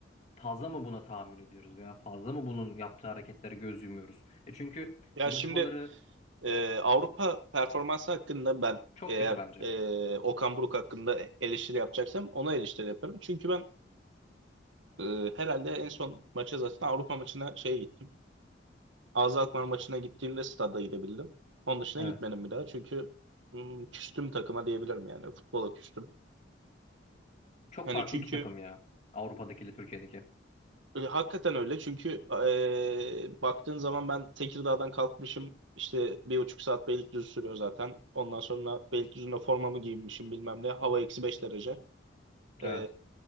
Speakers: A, on the left; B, on the right.
A: fazla mı buna tahammül ediyoruz veya fazla mı bunun yaptığı hareketlere göz yumuyoruz? E çünkü
B: Ya
A: konuşmaları
B: şimdi e, Avrupa performansı hakkında ben
A: çok
B: eğer
A: kötü bence.
B: e, Okan Buruk hakkında e, eleştiri yapacaksam ona eleştiri yaparım. Çünkü ben e, herhalde en son maça zaten Avrupa maçına şeye gittim. AZ Alkmaar maçına gittiğimde stada gidebildim. Onun dışına
A: Evet.
B: gitmedim bir daha çünkü hmm, küstüm takıma diyebilirim yani futbola küstüm.
A: Çok
B: Hani
A: farklı
B: çünkü
A: iki takım ya. Avrupa'dakiyle Türkiye'deki.
B: E, Hakikaten öyle çünkü e, baktığın zaman ben Tekirdağ'dan kalkmışım işte bir buçuk saat Beylikdüzü sürüyor zaten. Ondan sonra Beylikdüzü'nde formamı giyinmişim bilmem ne hava eksi beş derece.
A: Evet.
B: E,